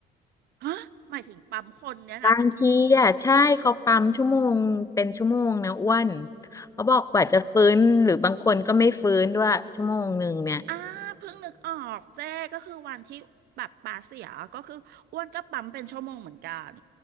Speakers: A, on the right; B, on the left.
A: ฮะหมายถึงปั๊มคนเนี่ยนะเป็นชั่วโมง
B: บางทีอ่ะใช่เขาปั๊มชั่วโมงเป็นชั่วโมงนะอ้วนเขาบอกกว่าจะฟื้นหรือบางคนก็ไม่ฟื้นด้วยชั่วโมงหนึ่งเนี่ย
A: อ่าเพิ่งนึกออกเจ้ก็คือวันที่แบบปลาเสียก็คืออ้วนก็ปั๊มเป็นชั่วโมงเหมือนกัน